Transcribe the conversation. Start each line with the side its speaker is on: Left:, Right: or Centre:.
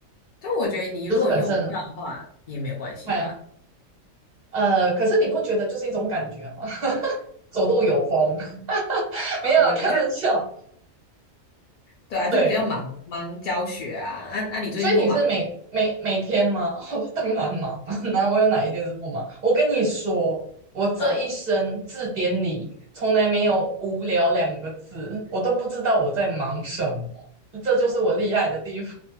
Left: 但我觉得你如果用不到的话也没有关系吧。
Right: 就是本身看，呃，可是你不觉得就是一种感觉吗？<laughs> 走路有风，<laughs> 没有啦，
Left: 没有，
Right: 开玩笑。
Left: 我觉得对啊，
Right: 对，
Left: 就比较忙忙教学啊。啊啊，你最近不忙了？
Right: 所以你是每每每天吗？<laughs> 哦，当然忙啊，<laughs> 哪我有哪一天是不忙？我跟你说，我这一生字典里从来没有无聊两个字，
Left: 嗯，
Right: 我都不知道我在忙什么，这就是我厉害的地方。